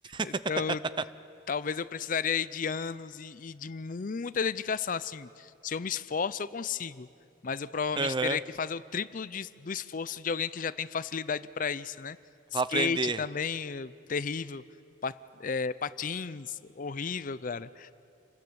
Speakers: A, on the left; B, on the right.
A: Então,
B: <laughs>
A: talvez eu precisaria aí de anos e, e de muita dedicação, assim. Se eu me esforço, eu consigo, mas eu provavelmente
B: Aham.
A: teria que fazer o triplo de- do esforço de alguém que já tem facilidade pra isso, né? Skate
B: Pra aprender.
A: também, eh, terrível. Pa- eh, patins, horrível, cara.